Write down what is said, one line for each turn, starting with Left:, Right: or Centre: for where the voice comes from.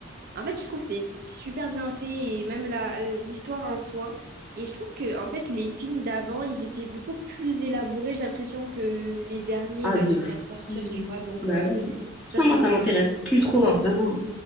Right: En fait, je trouve que c'est super bien fait et même la l'histoire en soi. Et je trouve que en fait les films d'avant, ils étaient beaucoup plus élaborés, j'ai l'impression que les derniers
Centre: Ah,
Right: là
Centre: de
Right: qui viennent de sortir,
Centre: fou.
Right: tu vois. Donc
Centre: Bah
Right: euh,
Centre: oui.
Right: ça
Centre: Ça,
Right: c'est
Centre: moi, ça
Right: vrai.
Centre: m'intéresse plus trop, hein, vraiment.